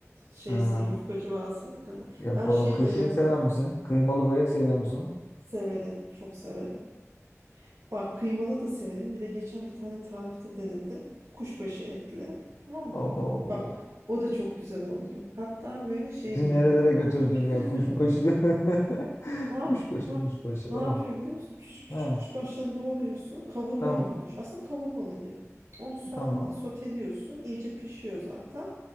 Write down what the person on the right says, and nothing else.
Şeyse
yufkacı varsa yakında.
Ben şey
de yaparım.
Severim. Çok severim. Bak kıymalı da severim. Bir de geçen bir tane tarifte denedim. Kuşbaşı etli. Tamam mı?
Bak o da çok güzel oldu. Hatta böyle şey
gibi
bir de.
<laughs>
Ne, yap-
ne,
ne
yapıyor biliyor musun? Küçük küçük
kuşbaşlarını doğruyorsun. Kavurma
gibi düş. Aslında kavurmalı gibi. Onu soğanla
soteliyorsun. İyice pişiyor zaten.